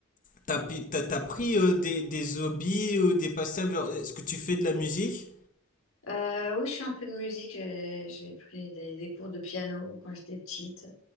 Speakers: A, on the left; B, on the left.
A: t'as pi- t'as t'as pris euh, des des hobbies ou des passe-temps. Genre, est-ce que tu fais de la musique?
B: Euh, oui, je fais un peu de musique. J'ai j'ai pris des, des cours de piano quand j'étais petite.